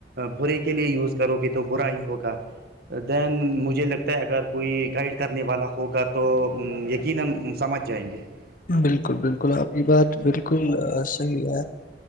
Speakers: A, on the right; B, on the left.
A: برے کے لیے یوز کرو گے تو برا ہی ہوگا دین مجھے لگتا اگر کوئی گائڈ کرنے والا ہوگا تو یقینا سمجھ جائیں گے <unintelligible>
B: بالکل بالکل آپ کی بات بالکل صحیح ہے